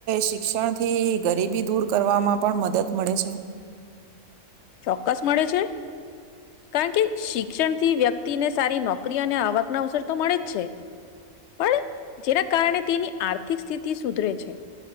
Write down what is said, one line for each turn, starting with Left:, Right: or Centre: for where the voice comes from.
Right: શિક્ષણથી ગરીબી દૂર કરવામાં પણ મદદ મળે છે?
Left: ચોક્કસ મળે છે. કારણ કે શિક્ષણથી વ્યક્તિને સારી નોકરી અને આવક ના અવસર તો મળે જ છે. પણ જેના કારણે તેની આથ ર્થિક સ્થિતિ સુધરે છે.